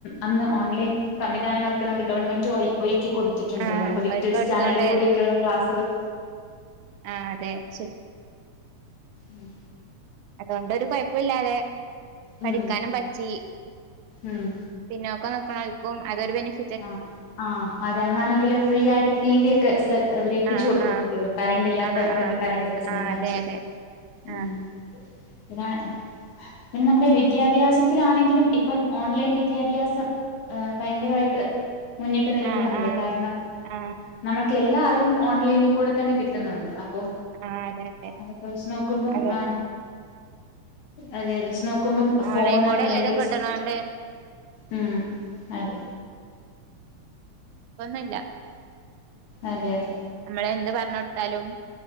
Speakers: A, on the left (about 75°); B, on the right (about 80°).
A: അന്ന് ഓൺലൈൻ സംവിധാനങ്ങള് ക നമ്മുടെ ഗവൺമെന്റ് വഴി ഒഴി കൊടുത്തി ട്ടു ണ്ടല്ലോ
B: ആഹ്
A: അപ്പൊ വിക്ടേസ്
B: ഓൽക്ക് എടുത്തോണ്ട്
A: ചാനല്ല് കൂടെയൊക്കെള്ള ക്ലാസ്കൾ
B: ആഹ അതെ ശ
A: മ്
B: അത്കൊണ്ടൊരു കൊയപ്പൊല്ലാതെ പഠിക്കാനും
A: ഉം
B: പറ്റി
A: ഉം
B: പിന്നോക്കെ നിക്ക്ണോൽക്കും അതൊരു ബെന്ഫ
A: ആ ആ് അതെന്നാണെങ്കില് ഫ്രീ ആയിട്ട് ടി വി ഒക്കെ സാ വര് എത്തിച്ച
B: ആഹ്
A: കൊടുക്കുകൊക്കെ
B: ആഹ്
A: ചെയ്യും കര ണ്ടില്ലാത്ത
B: ആഹ്
A: ട്ത്ത്കെ
B: ആഹ്
A: കറണ്ട് ഒക്കെ സംവിധാൻച്ച്
B: ആഹ് അതെ അതെ ആഹ്
A: മ് ഇതാ പിന്നെ മ്മുടെ വിദ്യാഭ്യാസത്തിലാണെങ്കിലും ഇപ്പം ഓൺലൈൻ വിദ്യാഭ്യാസം ഏ ഭയങ്കരവായിട്ട് മുന്നിട്ട് നിൽക്കുന്നുണ്ട്
B: ആഹ് ആഹ്
A: കാരണം
B: ആഹ്
A: നമക്ക് എല്ലാ അറിവും ഓൺലൈനി കൂടെ തന്നെ കിട്ടുന്നുണ്ട് അ ഒ
B: ആഹ് അതെ അതെ
A: അതൊക്കെ വെച്ച് നോക്കുമ്പം
B: അതെ
A: ആ അതെ അത് വിച് നോ ക്കുമ്പം ഫോണ്
B: ഓൺലൈൻ കൂടെ
A: അല്ലെങ്കിൽ
B: എല്ലതും കിട്ടണോണ്ട്
A: സ് മ് അതെ.
B: പ്പന്നുല്ല.
A: അതെ അതെ.
B: നമ്മള എന്ത് പറഞ്ഞോ ട്ത്താലും-